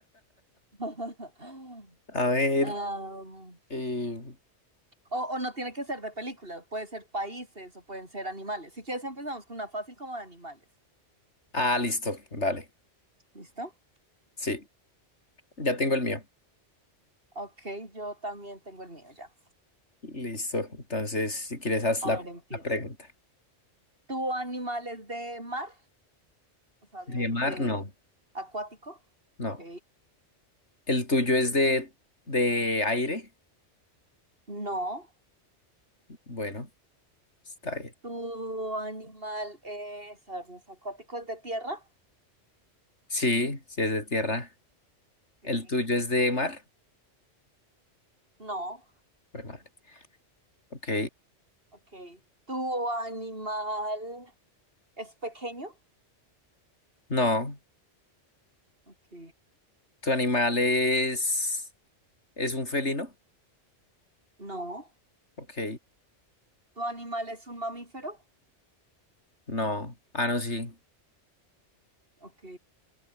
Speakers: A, on the right; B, on the left.
A: <laughs>
B: <laughs> A ver.
A: Am,
B: eh,
A: O, o no tiene que ser de películas, puede ser países o pueden ser animales. Si quieres empezamos con una fácil como de animales.
B: ah, listo, vale.
A: ¿Listo?
B: Sí, ya tengo el mío.
A: Ok, yo también tengo el mío ya.
B: Listo, entonces, si quieres, haz
A: A
B: la,
A: ver, empiezo.
B: la pregunta.
A: ¿Tu animal es de mar? O sea,
B: ¿De
A: de,
B: mar?
A: de
B: No,
A: acuático.
B: no.
A: Ok.
B: ¿El tuyo es de, de aire?
A: No.
B: Bueno, está bien.
A: ¿Tu animal es, a ver, no es acuático? ¿Es de tierra?
B: Sí, sí es de tierra.
A: Ok.
B: ¿El tuyo es de mar?
A: No.
B: Jue madre. Ok.
A: Ok. ¿Tu animal es pequeño?
B: No.
A: Ok.
B: ¿Tu animal es... es un felino?
A: No.
B: Ok.
A: ¿Tu animal es un mamífero?
B: No. Ah, no, sí.
A: Ok,